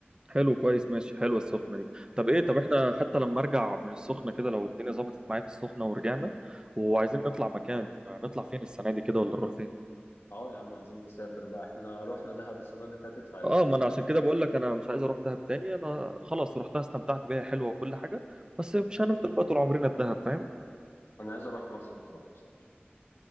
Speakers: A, on the right (about 20°); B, on the left (about 75°).
A: حلو كويس ماشي حلوه السخنه دي طب ايه طب احنا حتى لما ارجع من السخنه كده لو الدنيا ظبطت معايا في السخنه ورجعنا وعايزين نطلع مكان آه، نطلع فين السنه دي كده ولا نروح فين
B: اه يا عم عايزين نسافر بقى احنا رحنا دهب السنة اللي فاتت فعايزين
A: اه ما
B: نغير
A: انا عشان كده
B: يعني
A: بقول لك انا مش عايز اروح دهب تاني انا خلاص رحتها استمتعت بيها حلوه وكل حاجه بس مش هنفضل بقى طول عمرنا في دهب فاهم
B: انا عايز اروح مرسى مطروح بصراحة